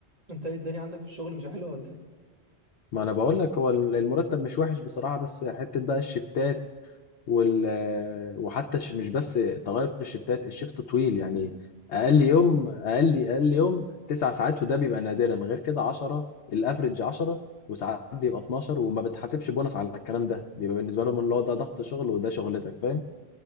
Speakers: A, on the right (about 35°); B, on the left (about 80°).
A: انت ايه الدنيا عندك في الشغل مش حلوه ولا ايه
B: ما انا بقول لك هو المرتب مش وحش بصراحه بس حته بقى الشفتات وال وحتى ش- مش بس تغير الشفتات الشفت طويل يعني اقل يوم اقل اقل يوم تسع ساعات وده بيبقى نادرا غير كده 10 الافرج 10 وساعات بيبقى 12 وما بتحاسبش بونص على الكلام ده بيبقى بالنسبه لهم اللي هو ده ضغط شغل وده شغلتك فاهم